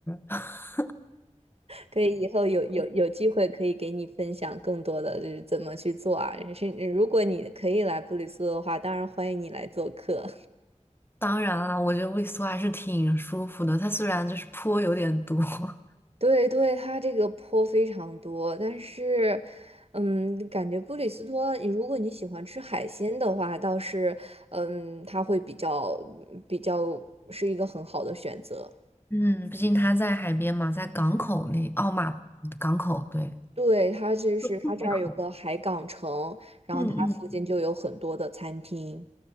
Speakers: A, on the left (about 15°); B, on the right (about 50°).
A: <laughs>
B: 可以以后有有有机会可以给你分享更多的就是怎么去做啊，是如果你可以来布里斯托的话，当然欢迎你来做客。
A: 当然啦，我觉得味素还是挺舒服的，它虽然就是 <laughs> 坡有点多。<laughs>
B: 对对，它这个坡非常多，但是，嗯，感觉布里斯托，你如果你喜欢吃海鲜的话，倒是，嗯，它会比较比较是一个很好的选择。
A: 嗯，毕竟他在海边嘛，在港口那，哦马港口，对，
B: 对，它就是它这儿有个海港城，
A: 海口。
B: 然后它附近就有很多的餐厅。
A: 嗯嗯